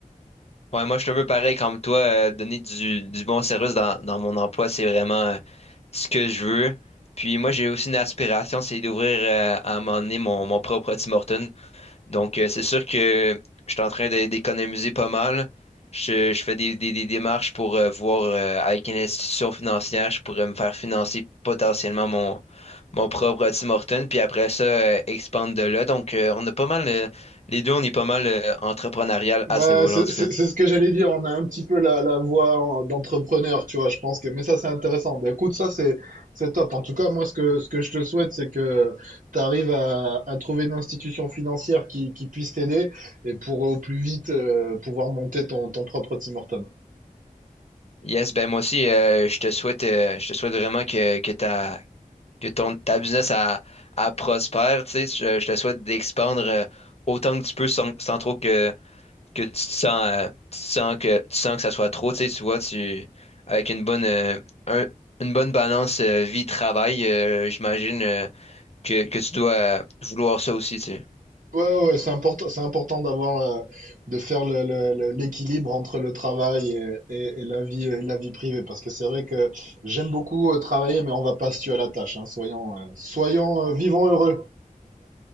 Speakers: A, on the left; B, on the right.
A: Ouais, moi, je suis un peu pareil comme toi. euh, donner du, du bon service dans, dans mon emploi, c'est vraiment euh, ce que je veux. Puis moi, j'ai aussi une aspiration, c'est d'ouvrir euh, à un moment donné mon, mon propre Tim Hortons. Donc, euh, c'est sûr que je suis en train de- d'économiser pas mal. Je, je fais des, des- des démarches pour euh, voir euh, avec une institution financière, je pourrais me faire financer potentiellement mon, mon propre Tim Hortons. Puis après ça, euh, expandre de là. Donc, euh, on a pas mal, euh, les deux, on est pas mal euh, entrepreneurial
B: Ouais,
A: à ce niveau-là,
B: c'est
A: en tout
B: c'est-
A: cas.
B: c'est ce que j'allais dire. On a un petit peu la, la voix en- d'entrepreneur, tu vois, je pense que. Mais ça, c'est intéressant. Ben, écoute, ça, c'est c'est top. En tout cas, moi, ce que, ce que je te souhaite, c'est que tu arrives à, à trouver une institution financière qui, qui puisse t'aider et pour au plus vite euh, pouvoir monter ton, ton propre Tim Hortons.
A: Yes, ben moi aussi, euh, je te souhaite, euh, je te souhaite vraiment que, que ta, que ton, ta business a, a prospère, tu sais, je, je te souhaite d'expandre euh, autant que tu peux sans, sans trop que, que tu te sens, euh, tu te sens que, tu sens que ça soit trop, tu sais, tu vois, tu, avec une bonne, euh, un- une bonne balance euh, vie-travail, euh, j'imagine euh, que, que tu dois euh, vouloir ça aussi, tu sais.
B: Ouais, ouais, c'est important, c'est important d'avoir, euh, de faire le- le- le- l'équilibre entre le travail et, et- et la vie, et la vie privée, parce que c'est vrai que j'aime beaucoup euh, travailler, mais on va pas se tuer à la tâche, hein, soyons, euh, soyons, euh, vivants heureux.